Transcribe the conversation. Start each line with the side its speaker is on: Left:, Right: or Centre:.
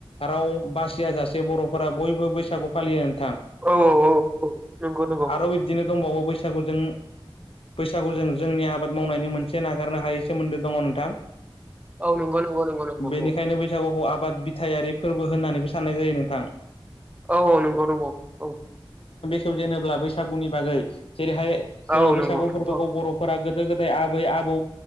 Left: राव बासिया जासे बर'फोरा बयबो बैसागु फालियो नोंथां।
Right: औ- औ - औ - औ नंगौ- नंगौ
Left: आरो बिब्दिनो दंबावो बैसागुजों बैसागुजों जोंनि आबाद मावनायनि मोनसे नागारनो हायै सोमोन्दो दङ नोंथां
Right: औ नंगौ नंगौ नंगौ नंगौ
Left: बेनिखायनो
Right: औ
Left: बैसागुखौ आ बाद बिथायारि फोरबो होननानैबो साननाय जायो नोंथां
Right: औ - औ नंगौ - नंगौ औ
Left: जेनेबा बैसागुनि बागै जेरैहाय जोंङो
Right: औ
Left: बैसागु
Right: नंगौ
Left: फोरबोखौ
Right: औ
Left: बर'फोरा गोदो गोदाय आ बै आबौ